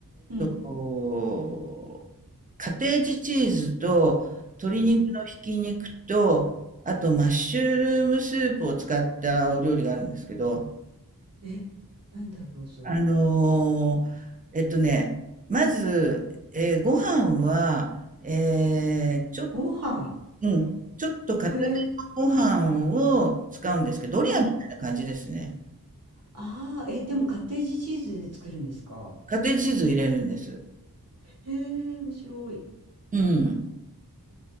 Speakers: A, on the right; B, on the right.
A: うん、
B: こう、カテージチーズと鶏肉のひき肉と、
A: うん、
B: あとマッシュルームスープを使ったお料理があるんですけど、
A: え、なんだろう、それ。
B: あのーえっとね、まず、えーご飯は、えーちょっ
A: ご飯。
B: うん。ちょっと硬
A: へえ、
B: めのご飯を使うんですけど、ドリアみたいな感じですね。
A: はい。ああ、え、でもカッテージチーズで作るんですか。
B: カテージチーズを入れるんです。
A: へえ、面白い。
B: うん。